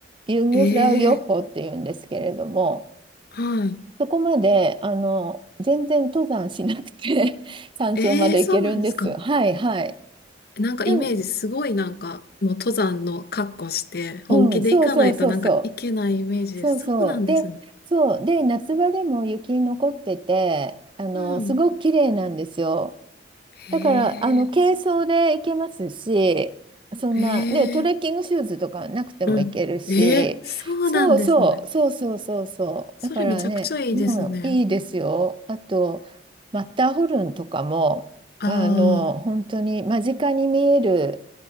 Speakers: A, on the right; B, on the left.
A: ユングフラウヨッホっていうんですけれども、
B: ええ、はい。
A: そこまで、あの、全然登山しなくて <laughs> 山頂まで行けるんです。
B: ええ、そうなんですか。
A: はいはい。
B: なんかイメージすごいなんかもう登山の格好して本気で行かないとなんかいけないイメージです。
A: なん、うん、そうそうそうそう。そうそう。
B: そうなんですね。
A: で、そう。で、夏場でも雪残ってて、あの、
B: うん。
A: すごく綺麗なんですよ。
B: へえ、
A: だから、あの、軽装で行けますし、そんな、
B: へえ、
A: ね、トレッキングシューズとかなくても行けるし、
B: うん。ええ、そうなんですね。
A: そうそう、そうそうそうそう。
B: それめちゃくちゃいいですね。
A: だからね、もういいですよ。あと、マッターホルンとかも、
B: ああ、
A: あの、本当に間近に見える、